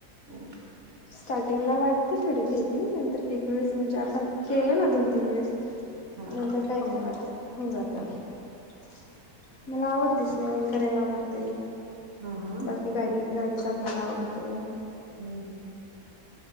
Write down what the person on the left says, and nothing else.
स्टार्टिंगला वाटते थोडी भेतती नंतर एक वेळेस म्हणजे आपण केलं ना दोन तीन वेळेस
नंतर काही नाही वाटत होन जात <inaudible>
मला आवडते स्विमिंग करायला आवडते
बाकी गाडी गाडी चालवयला आवडते